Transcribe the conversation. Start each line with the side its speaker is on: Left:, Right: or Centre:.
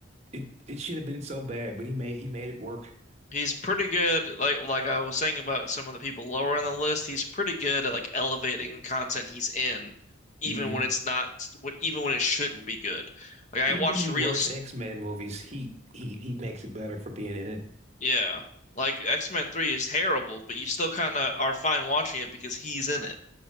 Right: It it should have been so bad, but he made he made it work.
Left: He's pretty good, like like I was saying about some of the people lower on the list. He's pretty good at like elevating content he's in, even
Right: Mm-hmm.
Left: when it's not, even when it shouldn't be good. Like I
Right: Even
Left: watched
Right: the
Left: Real
Right: worst X-Men movies, he he he makes it better for being in it.
Left: Yeah. Like X-Men 3 is terrible, but you still kind of are fine watching it because he's in it,